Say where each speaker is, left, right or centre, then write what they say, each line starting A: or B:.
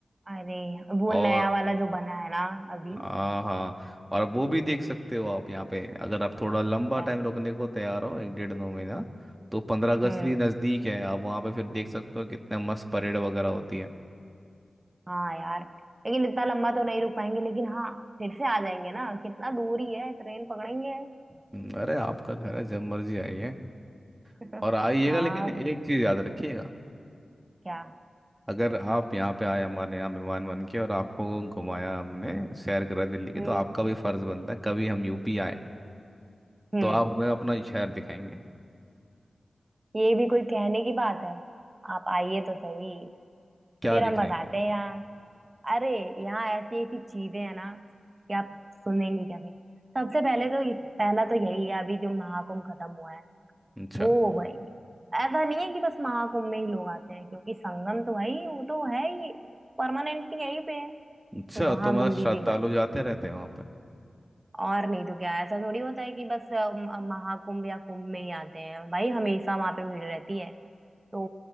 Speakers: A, on the right; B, on the right.
A: अरे वो
B: और
A: नया वाला जो बना है ना अभी
B: हाँ हाँ और वो भी देख सकते हो आप यहाँ पे अगर आप थोड़ा लंबा
A: क्या
B: टाइम रुकने को तैयार हो एक डेढ़ दो महीना तो पंद्रह अगस्त
A: हम्म
B: भी नज़दीक है आप वहाँ पे फिर देख सकते हो कितने मस्त परेड वगैरह होती है
A: हाँ यार लेकिन इतना लंबा तो नहीं रुक पाएंगे लेकिन हाँ फिर से आ जाएंगे ना कितना दूर ही है ट्रेन पकड़ेंगे
B: हम्म, अरे आपका घर है जब मर्जी आइए
A: <laughs>
B: और आइएगा
A: हाँ
B: लेकिन
A: फिर
B: एक चीज़ याद रखिएगा
A: क्या
B: अगर आप यहाँ पे आए हमारे यहाँ मेहमान बन के और आपको घुमाया हमने सैर करा दिल्ली की
A: हम्म
B: तो आपका भी फर्ज बनता है कभी हम यूपी आए
A: हम्म
B: तो आप हमें अपना शहर दिखाएंगे
A: ये भी कोई कहने की बात है आप आइए तो सही
B: क्या
A: फिर
B: दिखाएंगे
A: हम बताते हैं यहाँ अरे यहाँ ऐसी ऐसी चीजें हैं ना कि आप सुनेंगे क्या फिर सबसे पहले तो पहला तो यही है अभी जो महाकुंभ खत्म हुआ है
B: अच्छा
A: वो भाई ऐसा नहीं है कि बस महाकुंभ में ही लोग आते हैं क्योंकि संगम तो भाई वो तो है ही परमानेंटली यहीं पे है
B: अच्छा
A: तो वहां
B: तो मतलब
A: घूम लीजिएगा
B: श्रद्धालु जाते रहते हैं वहाँ पे
A: और नहीं तो क्या ऐसा थोड़ी होता है कि बस अ, म- महाकुंभ या कुंभ में ही आते हैं भाई हमेशा वहां पे भीड़ रहती है तो